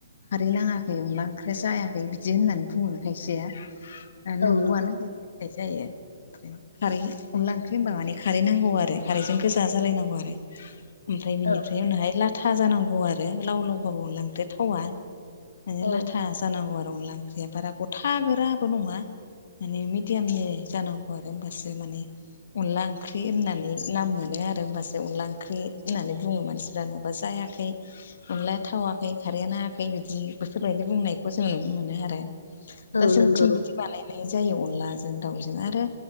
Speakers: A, on the left; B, on the left.
A: खारै नाङाखै अनला ओंख्रिया जायाखै बिदि होननानै बुङो खायसेया
B: औ
A: नंगौआनो
B: नंगौ
A: <unintelligible> जायो खारै अनला ओंख्रि होनबा माने खारै नांगौ आरो खारैजों गोजा जालायनांगौ आरो। ओमफ्राय बिनिफ्राय
B: औ
A: उनावहाय लाथा जानांगौ आरो लाव लावबाबो अनला ओंख्रिया थावा। माने
B: औ
A: लाथा जानांगौ आरो अनला ओंख्रिया बारा गथा गोराबो नङा माने मिडयामनि जानांगौ आरो होमबासो माने अनला ओंख्रि होननानै नाम मोनो आ रो होमबासो अनला ओंख्रि होननानै बुङो मानसिफ्रा नङाब्ला जायाखै अनलाया थावाखै खारैया नाडाखै बिदि बेफोरबायदि बुंनायखौ जों नुनो मोनो आरो। दा
B: औ
A: जोंनिथिं
B: नंगौ
A: बिदि बानायनाय जायो अनलाजों दाउजों आरो